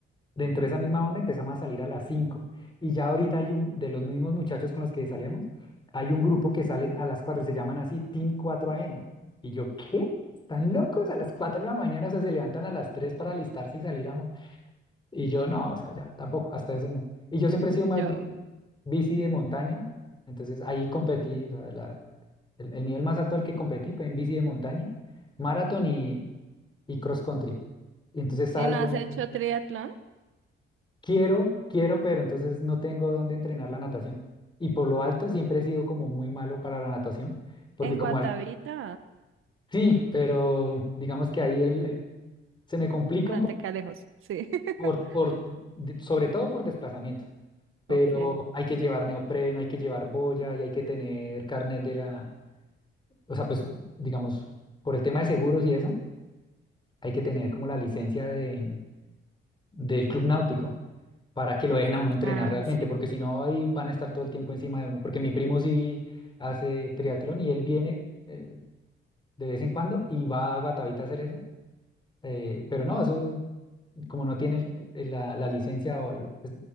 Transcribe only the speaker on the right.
Yo,
¿Y no has
hecho triatlón?
En
Guatavita.
Bueno,
te queda lejos, sí. <laughs>
Ok.
Ah,
sí.